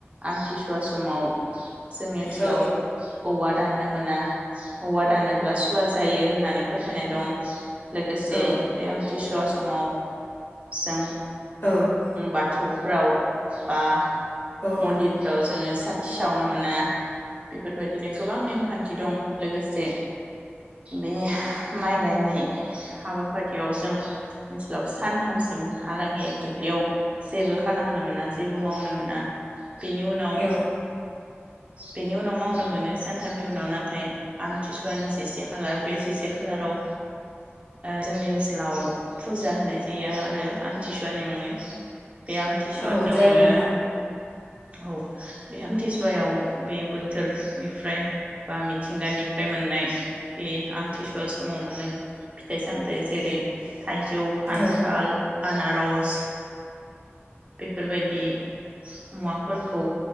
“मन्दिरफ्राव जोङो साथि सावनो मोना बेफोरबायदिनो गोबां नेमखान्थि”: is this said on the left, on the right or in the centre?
Right